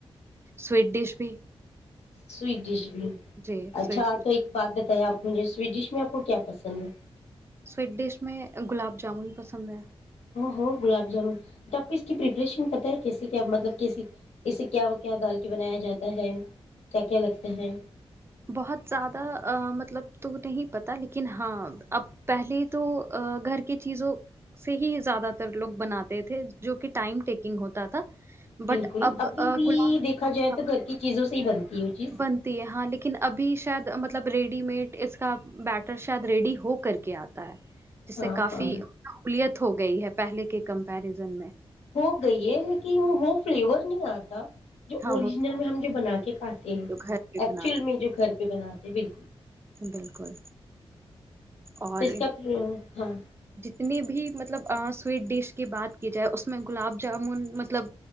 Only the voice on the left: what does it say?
سوٹ ڈش بھی
اچھا
تو ایک بات بت آپ مجھے سویٹ ڈش میں آپ کو کیا پسند ہے
ہو گلاب جامن تو آپ کو اس کی پریپریشن پت ہے کیسے کیا مطلب کیسی کیسے کیا کیا ڈال کے بنایا جاتا ہے کیا کیا لگتا ہے
بالکل
ابھی
بھی
دیکھا جائے
تو گھر کی چیزوں سے ہی بنتی ہے وہ چیز
ہاں
ہاں
وہ گئی ہے لیکن وہ فلیور نہیں آتا جو اوریجنل
میں ہم جو بنا کے کھاتے
ہیں
ایکچول
میں جو گھر پہ بناتے ہیں بالکل
تو اس کا ہاں